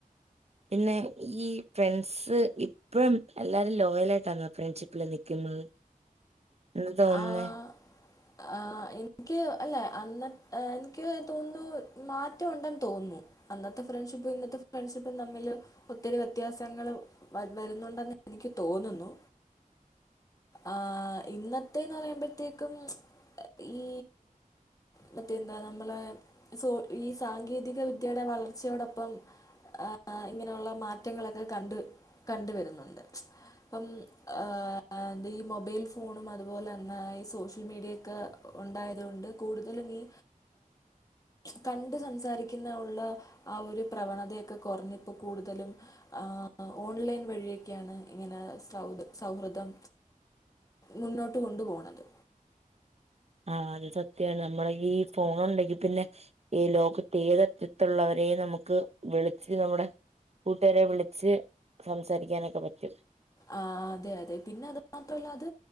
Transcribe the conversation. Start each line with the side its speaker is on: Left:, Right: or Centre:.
Right: പിന്നെ ഈ ഫ്രണ്ട്സ് ഇപ്പം എല്ലാരും ലോയലായിട്ടാന്നോ ഫ്രണ്ട്ഷിപ്പിൽ നിക്കുന്നത് എന്താ തോന്നുന്നേ
Left: ആഹ് ആ എനിക്ക് അല്ല അന്ന് എനിക്ക് തോന്നുന്നു മാറ്റമുണ്ടെന്ന് തോന്നുന്നു അന്നത്തെ ഫ്രണ്ട്ഷിപ്പും ഇന്നത്തെ ഫ്രണ്ട്ഷിപ്പും തമ്മില് ഒത്തിരി വ്യത്യാസങ്ങള് വരു വരുന്നുണ്ടെന്ന് എനിക്ക് തോന്നുന്നു ആഹ് ഇന്ന ത്തേന്ന് പറയുമ്പോഴത്തേക്കും ഈ മറ്റേന്താ നമ്മളെ സോ ഈ സാങ്കേതികവിദ്യയുടെ വളർച്ചയോടൊപ്പം ആ ഇങ്ങനെയുള്ള മാറ്റങ്ങളൊക്കെ കണ്ട് കണ്ട് വരുന്നുണ്ട് ഇപ്പം ആ എന്ത ഈ മൊബൈൽ ഫോണും അ അതുപോലെ തന്നെ ഈ സോഷ്യൽ മീഡിയയെക്കെ ഉണ്ടായത് കൊണ്ട് കൂടുതലും ഈ കണ്ട് സംസാരിക്കുന്ന ഉള്ള ആ ഒരു പ്രവണതയൊക്കെ കുറഞ്ഞ് ഇപ്പം കൂടുതലും ആ ഓൺലൈൻ വഴിയൊക്കെയാണ് ഇങ്ങനെ സൗ സൗഹൃദം മുന്നോട്ട് കൊണ്ട് പോണത്
Right: ആഹ് അത് സത്യ നമ്മള ഈ ഫോൺ ഉണ്ടെങ്കി പിന്നെ ഈ ലോകത്ത് ഏത് അറ്റത്ത്ള്ളവരെയും നമുക്ക് വിളിച്ച് നമ്മുടെ കൂട്ടുകാരെവിളിച്ച് സംസാരിക്കാനൊക്കെ പറ്റും
Left: ആഹ് അതെ അതെ പിന്നെ അത് മാത്രല്ല അത്